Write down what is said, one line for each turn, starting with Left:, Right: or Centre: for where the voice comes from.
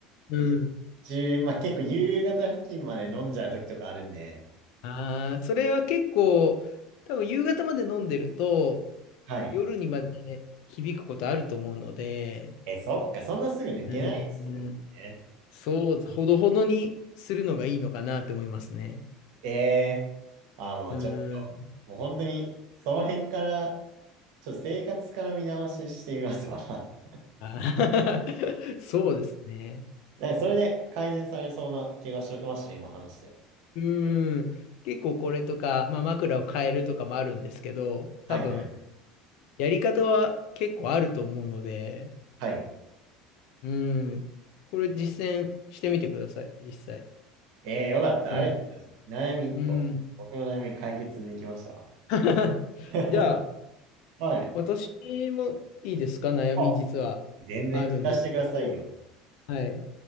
Left: うん。
Right: 一中、まあ結構夕方付近まで飲んじゃう時とかあるんで。
Left: あー、それは結構、多分夕方まで飲んでると、
Right: はい。
Left: 夜にまで響くことあると思うので、
Right: え、そっか。そんなすぐ抜けないですもんね。
Left: うんそう、ほどほどにするのがいいのかなって思いますね。
Right: えー。あー、もうちょっと、
Left: うーん。
Right: もう本当に、その辺から、ちょっと生活から見直ししてみますわな。<laughs>
Left: あ <laughs> そうですね。
Right: なんかそれで改善されそうな気がしました、今話して。
Left: うーん。結構これとか、まあ、枕を変えるとかもあるんですけど、
Right: はいはい。
Left: 多分、やり方は結構あると思うので、
Right: はい。
Left: うーん。これ実践してみてください、実際。
Right: ええよかった。
Left: うん。
Right: ありがとうございます。悩み1個。
Left: うん。
Right: 僕の悩み解決できましたわ。
Left: <laughs> じゃあ、
Right: <laughs> はい。
Left: 私もいいですか、悩み実はあるんですけど、
Right: あ、全然聞かせてくださいよ。
Left: はい。